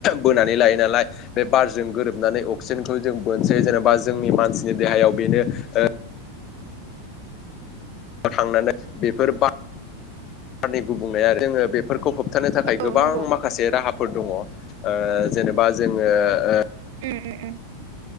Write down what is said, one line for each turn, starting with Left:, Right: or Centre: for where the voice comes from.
Left: बोनानै लायो नालाय बे बारजों गोरोबनानै अक्सि सिनखौ जों बोनसै जेनेबा जोंनि मानसिनि देहायाव बेनो ओ थांनानै बेफोर बार बारनि गुबुंनाया जोङो बेफोरखौ होबथानो थाखाय
Right: औ
Left: गोबां
Right: नंगौ
Left: माखासे राहाफोर दङ ओ जेनेबा जोङो ओ
Right: उम उम